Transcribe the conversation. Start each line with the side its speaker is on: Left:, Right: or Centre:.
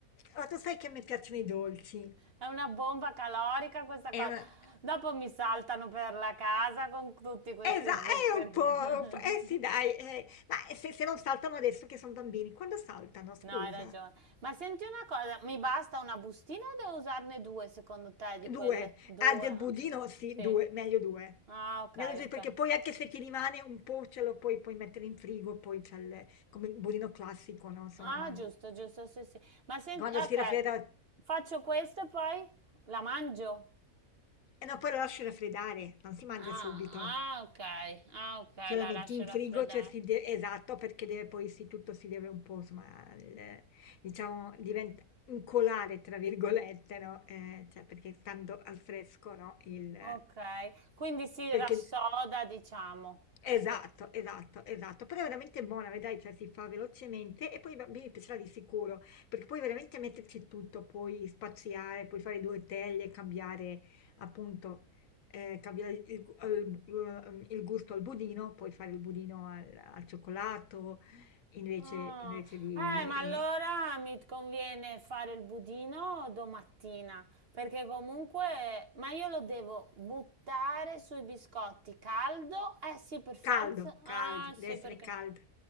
Left: ma tu sai che a me piacciono i dolci.
Right: È una bomba calorica questa
Left: È
Right: cosa.
Left: una...
Right: Dopo mi saltano per la casa con tutti questi
Left: Esa, è
Right: zuccheri.
Left: un po',
Right: <laughs>
Left: un po'- eh sì, dai, eh, ma se, se non saltano adesso che sono bambini, quando saltano, scusa?
Right: No, hai ragione. Ma senti una cosa, mi basta una bustina o devo usarne due secondo te di
Left: 2.
Right: quelle? Due?
Left: Ah, del
Right: ah,
Left: budino sì,
Right: Sì.
Left: 2, meglio 2.
Right: Ah, ok,
Left: Meglio 2
Right: ok.
Left: perché poi anche se ti rimane un po' ce lo puoi, puoi mettere in frigo, poi c'è il, come il budino classico, no? Insomma,
Right: Ah,
Left: ma
Right: giusto, giusto, sì, sì. Ma senti,
Left: quando
Right: ok,
Left: si raffredda...
Right: faccio questo e poi la mangio?
Left: E no, poi lo lasci raffreddare, non si mangia
Right: Ah,
Left: subito.
Right: ah, ok, ah, ok,
Left: Cioè
Right: la
Left: la metti
Right: lascio
Left: in
Right: raffreddare.
Left: frigo, cioè si de- esatto, perché deve poi sì, tutto si deve un po', insomma, il- diciamo, diventa incolare, tra virgolette, no? Eh, cioè perché stando al fresco, no? Il,
Right: Ok, quindi si
Left: perché
Right: rassoda, diciamo.
Left: Esatto,
Right: Sì.
Left: esatto, esatto, però è veramente buona, vedrai, cioè si fa velocemente e poi ai bambini piacerà di sicuro, perché puoi veramente metterci tutto, puoi spaziare, puoi fare due teglie, cambiare appunto, eh, cambiare il, gu- al- ehm, il gusto al budino, puoi fare il budino al, al cioccolato, invece,
Right: Ah,
Left: invece di...
Right: eh, ma
Left: eh,
Right: allora mi conviene fare il budino domattina, perché comunque, ma io lo devo buttare sui biscotti caldo? Eh sì, per forza.
Left: caldo, caldo,
Right: Ah, sì,
Left: deve essere
Right: perché.
Left: caldo,
Right: E